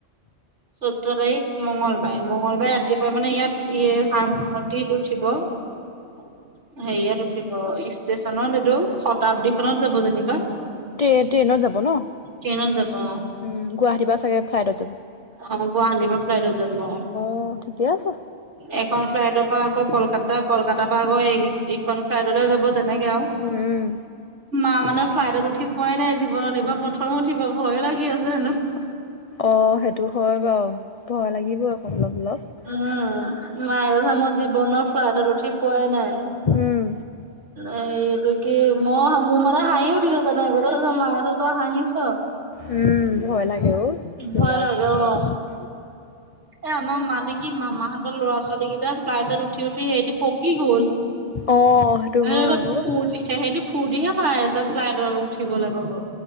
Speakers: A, on the right (about 70°); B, on the left (about 60°).
A: চৈধ্য তাৰিখ মঙলবাৰে- মঙলবাৰে ৰাতিপুৱাই মানে ইয়াত ইয়ে <unintelligible> উঠিব। <inaudible> হেৰিয়াত উঠিব ষ্টেচনত এইতো শতাব্দীখনত যাব যেনিবা।
B: ট্ৰে -ট্ৰেইনত যাব ন'?
A: ট্ৰেইনত যাব অহ।
B: উম, গুৱাহাটীৰ পা চাগে ফ্লাইটত যাব।
A: অ, গুৱাহাটী পৰা ফ্লাইটত যাব অহ।
B: অহ, ঠিকে আছে।
A: এখন ফ্লাইটৰ পৰা আকৌ কলকাতা কলকাতাৰ পৰা আকৌ ইখন ফ্লাইটলৈ যাব তাত এনেকে আও।
B: উম উম
A: মা মানে ফ্লাইটত উঠি পোৱাই নাই জীৱনত এইবাৰ প্ৰথম উঠিব ভয়ে লাগি আছে হেনো।
B: অ, সেইটো হয় বাৰু ভয় লাগিব আকৌ অলপ- অলপ।
A: অহ, মায়ে কৈছে মই জীৱনৰ ফ্লাটত উঠি পোৱাই নাই
B: উম।
A: এইটো কি ম মোৰ মানে হাঁহ উঠিছে তনে আগতে মায়ে <unintelligible> তই হাঁহিছ।
B: উম, ভয় লাগে অ <unintelligible>
A: ভয় লাগে অ। এ আমাৰ মানে কি মামাহঁতৰ ল'ৰা -ছোৱালী গিতা ফ্লাইটত উঠি -উঠি হেৰি পকি গ'ল।
B: অ সেইটো
A: <unintelligible>
B: হয় আকৌ
A: ফুৰ্তি সেহতি ফুৰ্তিহে পাই আছে ফ্লাইটৰ উঠিবলে পাব।